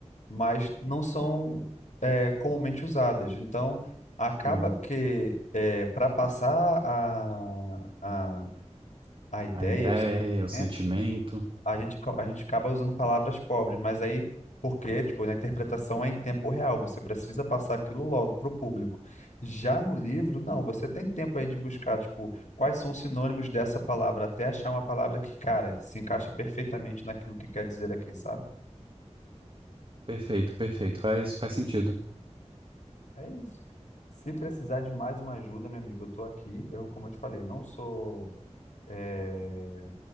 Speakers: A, on the left; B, on the right.
A: mas não são é, comumente usadas. Então acaba
B: Sim.
A: que para passar a, a, a ideia,
B: A ideia,
A: você,
B: o sentimento.
A: é, a gente, co- a gente acaba usando palavras pobres, mas aí, porque, tipo, na interpretação é em tempo real, você precisa passar aquilo logo para o público. Já no livro, não, você tem tempo aí de buscar, tipo, quais são os sinônimos dessa palavra, até achar uma palavra que, cara, se encaixa perfeitamente naquilo que quer dizer aqui, sabe?
B: Perfeito, perfeito. Faz, faz sentido.
A: É isso. Se precisar de mais uma ajuda, meu amigo, eu tô aqui. Eu, como eu te falei, não sou eh,